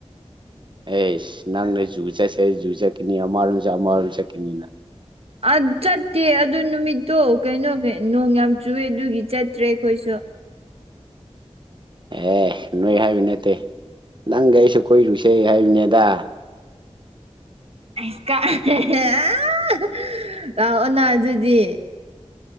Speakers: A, on the right (about 45°); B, on the right (about 60°).
A: ꯑꯦꯁ ꯅꯪꯅ ꯖꯨ ꯆꯠꯁꯦ ꯖꯨ ꯆꯠꯀꯅꯤ ꯑꯃꯔꯣꯝ ꯆꯠ ꯑꯃꯔꯣꯝ ꯆꯠꯀꯅꯤꯅ
B: ꯑ ꯆꯠꯇꯦ ꯑꯗꯨ ꯅꯨꯃꯤꯠꯇꯣ ꯀꯩꯅꯣ ꯅꯣꯡ ꯌꯥꯝ ꯆꯨꯌꯦ ꯑꯗꯨꯒꯤ ꯆꯠꯇ꯭ꯔꯦ ꯑꯩꯈꯣꯏꯁꯨ
A: ꯑꯦ ꯅꯣꯏ ꯍꯥꯏꯕ ꯅꯠꯇꯦ ꯅꯪꯒ ꯑꯩꯁꯨ ꯀꯣꯏꯔꯨꯁꯦ ꯍꯥꯏꯕꯅꯦꯗ
B: <unintelligible>